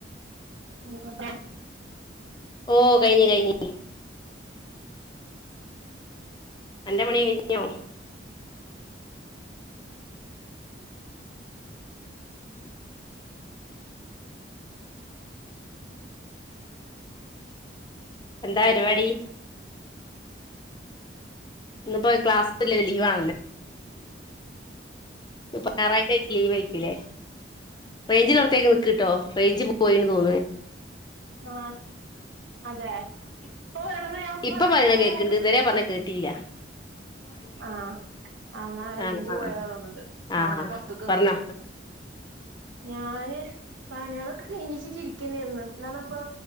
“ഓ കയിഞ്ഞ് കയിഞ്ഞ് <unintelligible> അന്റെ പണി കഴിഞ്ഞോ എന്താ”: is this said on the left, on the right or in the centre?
Left